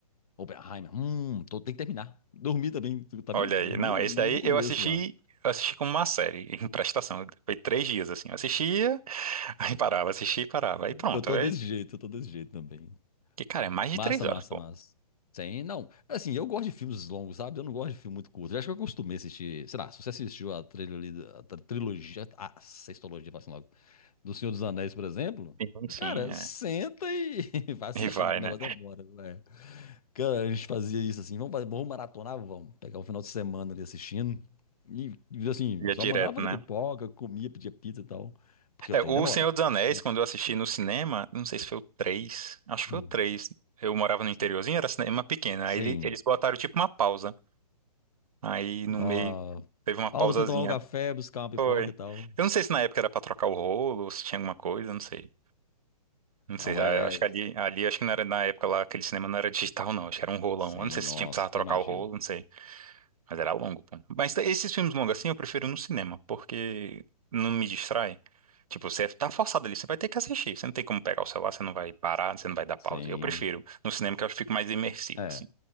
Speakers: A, on the left; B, on the right.
A: Oppenheimer, hum, tô, tem que terminar. Dormi também, tu tá
B: Olha
A: vendo?
B: aí.
A: Eu dormi
B: Não, esse
A: no,
B: daí
A: no começo
B: eu assisti,
A: lá.
B: eu assisti como uma série, em prestação. Foi três dias, assim. Eu assistia, <laughs> aí parava, assistia e parava. Aí pronto.
A: Eu tô
B: Aí,
A: desse jeito, eu tô desse jeito também.
B: que, cara, é mais de
A: Massa,
B: três horas,
A: massa,
B: pô.
A: massa. Sim, não. Assim, eu gosto de filmes longos, sabe? Eu não gosto de filme muito curto. Eu acho que eu acostumei a assistir. Sei lá, se você assistiu a trilha trilogia, a tri- trilogia, a sextologia, assim logo, do Senhor dos Anéis, por exemplo,
B: Sim, sim,
A: cara,
B: é.
A: senta e <laughs> vai assistindo,
B: E vai,
A: que o
B: né?
A: negócio demora, né? Cara, a gente fazia isso assim, vamos fazer, vamos maratonar, vamos pegar um final de semana ali assistindo. E, e, assim,
B: Ia
A: só
B: direto,
A: mandava fazer
B: né?
A: pipoca, comia, pedia pizza e tal. Porque
B: É,
A: o trem
B: o
A: demora.
B: Senhor dos Anéis,
A: Nossa.
B: quando eu assisti no cinema, não sei se foi o 3, acho que
A: Hum.
B: foi o 3. Eu morava no interiorzinho,
A: Sim.
B: era cinema pequeno. Aí
A: Sim.
B: ele- eles botaram tipo uma pausa. Aí no
A: Nó,
B: meio teve uma
A: pausa
B: pausazinha.
A: pra você tomar um café, buscar uma pipoca
B: Foi.
A: e tal.
B: Eu não sei se na época era pra trocar o rolo ou se tinha alguma coisa, não sei. Não
A: Não
B: sei, a-
A: era.
B: acho que ali,
A: É...
B: ali acho que não era na época lá, aquele cinema não era digital não, acho que era um rolão.
A: Sim,
B: Eu não sei
A: nossa,
B: se tinha precisava
A: até
B: trocar
A: imagino.
B: o rolo, não sei. Mas era longo, pô. Mas esses filmes longos assim eu prefiro no cinema, porque não me distrai. Tipo, você tá forçado ali, você vai ter que assistir. Você não tem como pegar o celular, você não vai parar, você não vai dar pausa.
A: Sim.
B: Eu prefiro no cinema que eu fico mais imersivo,
A: É,
B: assim.